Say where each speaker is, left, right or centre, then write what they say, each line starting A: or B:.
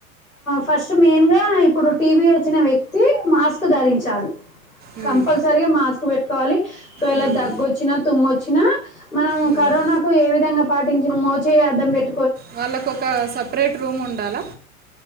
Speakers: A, on the left; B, on the right.
A: ఫస్ట్ మెయిన్ గా ఇప్పుడు టీబీ వచ్చిన వ్యక్తి మాస్క్ ధరించాలి.
B: మ్మ్.
A: కంపల్సరిగా మాస్క్ పెట్టుకోవాలి ఒకవేళ
B: మ్మ్.
A: దగ్గొచ్చినా తుమ్మొచ్చినా మనం
B: మ్మ్.
A: కరోనాకు ఏ విధంగా పాటించిన మోచేయీ అడ్డం పెటీ
B: వాళ్ళకు ఒక సపరేట్ రూమ్ ఉండాలా